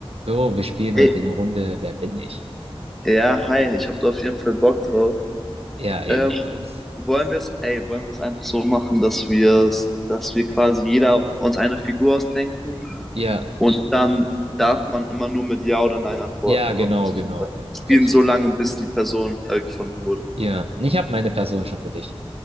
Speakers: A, on the right; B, in the centre.
A: So, wir spielen
B: Ey,
A: heute eine Runde Wer bin ich?
B: Ja, hi, ich habe da auf jeden Fall Bock drauf.
A: Ja, ebenfalls.
B: Ähm, wollen wir es, ey, wollen wir es einfach so machen, dass wir dass wir quasi jeder uns eine Figur ausdenken
A: Ja,
B: und dann darf man immer nur mit Ja oder Nein antworten
A: ja, genau,
B: und
A: genau,
B: äh,
A: genau,
B: spielen
A: hätte ich
B: so
A: gesagt.
B: lange, bis die Person äh, gefunden wurde.
A: Ja, ich habe meine Person schon für dich.